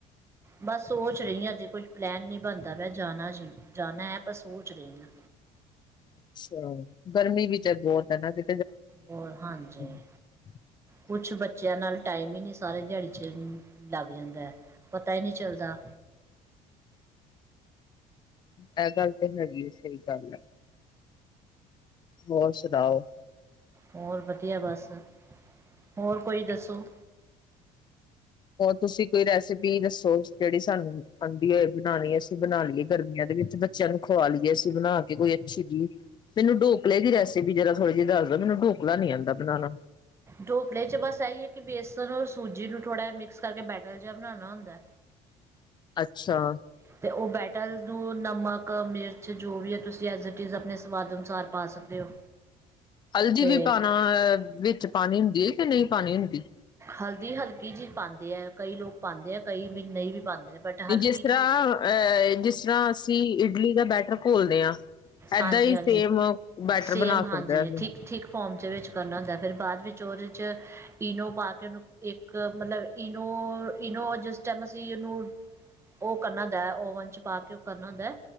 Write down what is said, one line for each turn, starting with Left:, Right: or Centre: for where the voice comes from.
Right: ਬਸ ਉਹ ਚ ਰਹੀ ਅਜੇ ਕੁੱਝ ਪਲੈਨ ਨਹੀਂ ਬਣਦਾ ਵੈ ਜਾਣਾ ਜ ਜਾਣਾ ਹੈ ਪਰ ਸੋਚ ਰਈ ਹਾਂ
Left: ਅੱਛਾ ਗਰਮੀ ਵਿੱਚ ਬਹੁਤ ਹੈ ਦੇ
Right: ਹੋਰ ਹਾਂਜੀ
Left: <unintelligible>
Right: ਕੁਛ ਬੱਚਿਆਂ ਨਾਲ ਟਾਈਮ ਹੀ ਨਹੀਂ ਸਾਰੇ ਦਿਹਾੜੀ 'ਚ ਲੱਗ ਜਾਂਦਾ ਪਤਾ ਹੀ ਨਹੀਂ ਚੱਲਦਾ
Left: ਇਹ ਗੱਲ ਤੇ ਹੈਗੀ ਆ ਸਹੀ ਗੱਲ ਹੈ ਹੋਰ ਸੁਣਾਓ
Right: ਹੋਰ ਵਧੀਆ ਬਸ ਹੋਰ ਕੋਈ ਦੱਸੋ
Left: ਤੁਸੀਂ ਕੋਈ ਰੈਸਿਪੀ ਦੱਸੋ ਜਿਹੜੀ ਸਾਨੂੰ ਆਉਂਦੀ ਹੈ ਬਣਾਉਣੀ ਅਸੀਂ ਬਣਾ ਲਈਏ ਗਰਮੀਆਂ ਦੇ ਵਿੱਚ ਬੱਚਿਆਂ ਨੂੰ ਖਵਾ ਲਈਏ ਅਸੀਂ ਬਣਾ ਕੇ ਕੋਈ ਅੱਛੀ ਜੀ ਮੈਨੂੰ ਢੋਕਲੇ ਦੀ ਰੈਸਪੀ ਜਿਹੜਾ ਥੋੜ੍ਹੇ ਜਿਹੀ ਦੱਸ ਦ ਮੈਨੂੰ ਢੋਕਲਾ ਨੀ ਆਉਂਦਾ ਬਣਾਉਣਾ
Right: ਢੋਕਲੇ ਚ ਬਸ ਇਹੀ ਹੈ ਕਿ ਬੇਸਨ ਔਰ ਸੂਜੀ ਨੂੰ ਥੋੜ੍ਹਾ ਜਿਹਾ ਮਿਕਸ ਕਰਕੇ ਬੈਟਰ ਜਿਹਾ ਬਣਾਉਣਾ ਹੁੰਦਾ ਹੈ
Left: ਅੱਛਾ
Right: ਅਤੇ ਉਹ ਬੈਟਰ ਨੂੰ ਨਮਕ ਮਿਰਚ ਜੋ ਵੀ ਹੈ ਤੁਸੀਂ ਐਜ਼ ਇਟ ਇਜ਼ ਆਪਣੇ ਸਵਾਦ ਅਨੁਸਾਰ ਪਾ ਸਕਦੇ ਹੋ
Left: ਹਲਦੀ
Right: ਅਤੇ
Left: ਵੀ ਪਾਣਾ ਵਿੱਚ ਪਾਉਣੀ ਹੁੰਦੀ ਨਹੀਂ ਪਾਣੀ ਹੁੰਦੀ
Right: ਹਲਦੀ ਹਲਕੀ ਜਿ ਪਾਉਂਦੇ ਹੈ ਕਈ ਲੋਕ ਪਾਉਂਦੇ ਹੈ ਕਈ ਵੀ ਨਹੀਂ ਵੀ ਪਾਉਂਦੇ ਨੇ ਬਟ
Left: ਤੇ
Right: ਹਲਕੀ
Left: ਜਿਸ
Right: ਜਿਹੀ
Left: ਤਰ੍ਹਾਂ ਅਹ ਜਿਸ ਤਰ੍ਹਾਂ ਅਸੀਂ ਇਡਲੀ ਦਾ ਬੈਟਰ ਘੋਲਦੇ ਹਾਂ ਏਦਾਂ
Right: ਹਾਂਜੀ
Left: ਹੀ
Right: ਹਾਂਜੀ
Left: ਸੇਮ ਬੈਟਰ
Right: ਸੇਮ
Left: ਬਣਾ
Right: ਹਾਂਜੀ
Left: ਸਕਦੇ ਹਾਂ ਅਸੀਂ
Right: ਠੀਕ ਠੀਕ ਫੋਮ ਚ ਵਿੱਚ ਕਰਨਾ ਹੁੰਦਾ ਫਿਰ ਬਾਅਦ ਵਿੱਚ ਉਹਦੇ ਇਨੋ ਪਾ ਕੇ ਉਹਨੂੰ ਇੱਕ ਮਤਲਬ ਇਨੋਨੋ ਜਿਸ ਟਾਈਮ ਅਸੀਂ ਉਹਨੂੰ ਉਹ ਕਰਨਾੁੰਦਾ ਓਵਨ ਚ ਪਾ ਕੇ ਉਹ ਕਰਨਾ ਹੁੰਦਾ